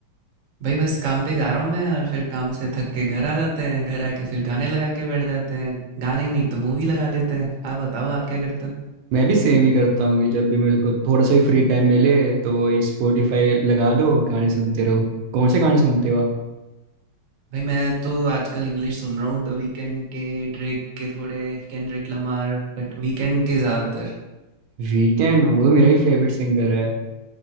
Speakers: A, on the right; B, on the right.
A: भाई बस काम पे जा रहा हूँ मैं और फिर काम से थक के घर आ जाते हैं घर आके फिर गाने लगा के बैठ जाते हैं गाने नहीं तो मूवी लगा लेते हैं आप बताओ आप क्या करते हो
B: मैं भी सेम ही करता हूँ कि जब भी मेरे को थोड़ा सा ही फ्री टाइम मिले तो वही स्पॉटिफाई लगा लो गाने सुनते रहो कौन से गाने सुनते हो आप
A: भाई मैं तो आजकल इंग्लिश सुन रहा हूँ द वीकेंड के ड्रेक के थोड़े केंड्रिक लमार बट वीकेंड के ज़्यादातर
B: वीकेंड वो मेरा ही फेवरेट सिंगर है